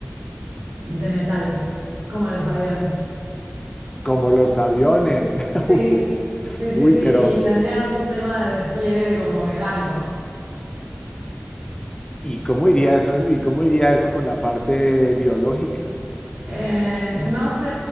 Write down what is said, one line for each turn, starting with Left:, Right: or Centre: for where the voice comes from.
Right: de metal, como los aviones.
Left: Como los aviones.
Right: Sí,
Left: <laughs> Uf,
Right: Sí, sí,
Left: Uy,
Right: sí,
Left: pero
Right: y tendrían un sistema de despliegue como mecánico.
Left: ¿Y cómo iría eso, y cómo iría eso con la parte biológica?
Right: Eh, no sé,